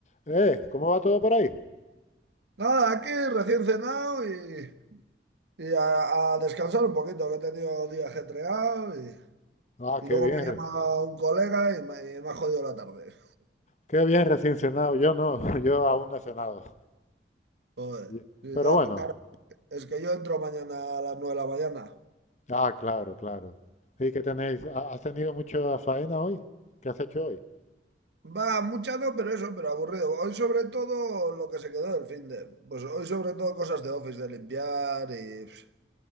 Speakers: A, on the left; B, on the right.
A: Eh, ¿cómo va todo por ahí?
B: Nada, aquí recién cenado y, y a, a descansar un poquito, que he tenido día ajetreado y,
A: Ah,
B: y
A: qué
B: luego
A: bien,
B: me ha
A: re-
B: llamado un colega y me, me ha jodido la tarde.
A: qué bien recién cenado. Yo no, <laughs> yo aún no he cenado.
B: Joder.
A: Y-
B: Y
A: Pero
B: no,
A: bueno,
B: pues claro, es que yo entro mañana a las nueve de la mañana.
A: ah, claro, claro. ¿Y qué tenéis? ¿Ha- ¿Has tenido mucha faena hoy? ¿Qué has hecho hoy?
B: Va, mucha no, pero eso, pero aburrido. Hoy sobre todo lo que se quedó del fin de... Pues hoy sobre todo cosas de office, de limpiar y... pf,